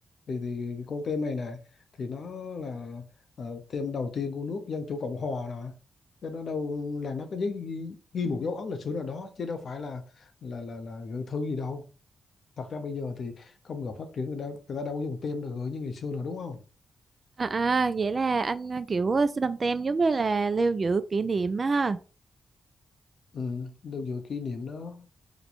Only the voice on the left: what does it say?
thì thì con tem này nè thì nó là ờ, tem đầu tiên của nước Dân chủ Cộng hòa nè cho nó đâu là nó có giấy ghi, ghi một dấu ấn lịch sử nào đó chứ đâu phải là là là là gửi thư gì đâu thật ra bây giờ thì công nghiệp phát triển người ta người ta đâu có dùng tem để gửi như ngày xưa nữa đúng không
ừ, đâu dựa kỷ niệm đó